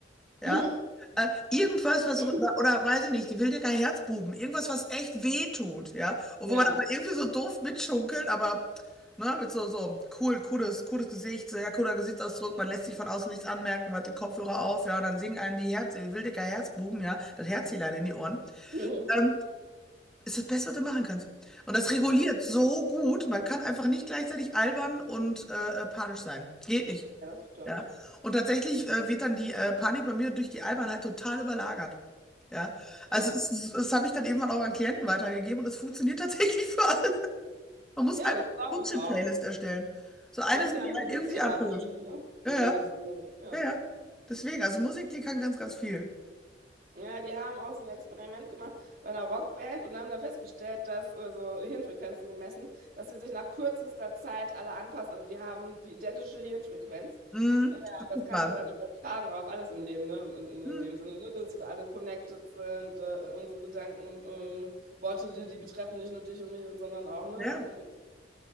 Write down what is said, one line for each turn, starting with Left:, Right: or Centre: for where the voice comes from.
Centre: Ja.
Right: <laughs>
Centre: Äh, irgendwas, was,
Right: <clears throat>
Centre: so, oder, oder weiß ich nicht, die Wildecker Herzbuben, irgendwas, was echt weh tut, ja. Und
Right: Ja.
Centre: wo man aber irgendwie so doof mitschunkelt, aber ne, mit so, so cool, cooles, cooles Gesicht, sehr cooler Gesichtsausdruck, man lässt sich von außen nichts anmerken, man hat den Kopfhörer auf, ja, und dann singen einem die Herz, die Wildecker Herzbuben, ja, das Herzelein in die Ohren.
Right: <clears throat>
Centre: Ähm, ist das Beste, was du machen kannst. Und das reguliert
Right: Ne,
Centre: so gut, man kann einfach nicht gleichzeitig albern und äh, äh, panisch sein. Geht nicht.
Right: Ja, das stimmt.
Centre: Ja. Und tatsächlich äh, wird dann die äh, Panik bei mir durch die Albernheit total überlagert. Ja. Also
Right: Wahr.
Centre: es, es, das habe ich dann irgendwann auch an Klienten weitergegeben und es funktioniert <laughs> tatsächlich für alle. Man muss
Right: Ja,
Centre: einfach
Right: das glaube
Centre: eine Bullshit-Playlist
Right: ich auch.
Centre: erstellen. So eine,
Right: Das
Centre: so
Right: ist ja
Centre: die
Right: Musiktherapie,
Centre: einen irgendwie abholt.
Right: ne? In
Centre: Ja,
Right: dem
Centre: ja,
Right: Sinne. Ja.
Centre: ja, ja. Deswegen, also Musik, die kann ganz, ganz viel.
Right: Ja, die haben auch so ein Experiment gemacht bei einer Rockband und haben da festgestellt, dass, also Hirnfrequenzen gemessen, dass sie sich nach kürzester Zeit alle anpassen. Also die haben die identische Hirnfrequenz.
Centre: Mhm.
Right: Ja,
Centre: Abgefahren.
Right: das kannst du ja dann übertragen auf alles im Leben, ne? In,
Centre: Mhm.
Right: in dem Sinne, ne? Dass wir alle connected sind, äh, unsere Gedanken und äh, Worte, die, die betreffen nicht nur dich und mich, sondern auch, ne?
Centre: Ja,